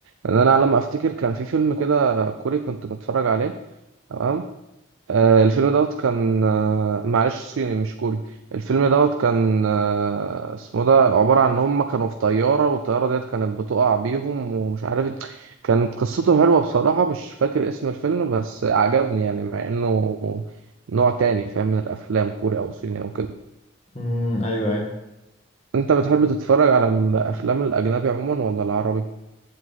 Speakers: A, on the right; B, on the left.
A: لان انا على ما افتكر كان في فيلم كده كوري كنت بتفرج عليه تمام آه، الفيلم دوت كان آه، معلش صيني مش كوري الفيلم دوت كان آه، اسمه ده عبارة عن ان هم كانوا في طيارة والطيارة ديت كانت بتقع بيهم ومش عارف كانت قصته حلوة بصراحة مش فاكر اسم الفيلم بس عجبني يعني مع انه نوع تاني فاهم من الافلام كوري او صيني او كده
B: امم ايوه ايوه
A: انت بتحب تتفرج على الافلام الاجنبي عموما ولا العربي